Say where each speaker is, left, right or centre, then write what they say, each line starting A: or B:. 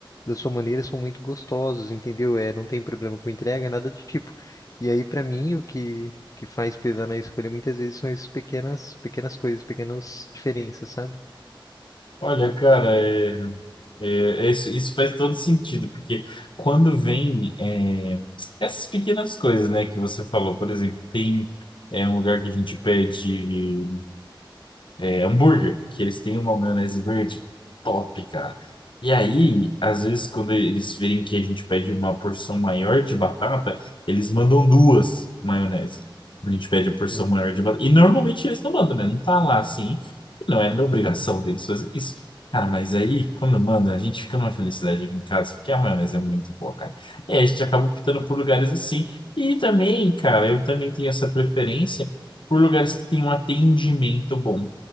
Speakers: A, on the left; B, on the left.
A: da sua maneira são muito gostosos, entendeu? É, não tem problema com entrega, nada de tipo. E aí pra mim o que que faz pesar na escolha muitas vezes são essas pequenas pequenas coisas, pequenas diferenças, sabe?
B: Olha, cara, é... É, é isso, isso faz todo sentido, porque quando vem é, essas pequenas coisas, né, que você falou, por exemplo, tem é, um lugar que a gente pede é, hambúrguer, que eles têm uma maionese verde top, cara. E aí, às vezes, quando eles verem que a gente pede uma porção maior de batata, eles mandam duas maionese. A gente pede a porção
A: Uhum.
B: maior de batata. E normalmente eles não mandam, né? Não tá lá assim. Não é na obrigação deles fazer isso. Cara, mas aí, quando manda, a gente fica numa felicidade aqui em casa, porque a maionese é muito boa, cara. E aí a gente acaba optando por lugares assim. E também, cara, eu também tenho essa preferência por lugares que têm um atendimento bom.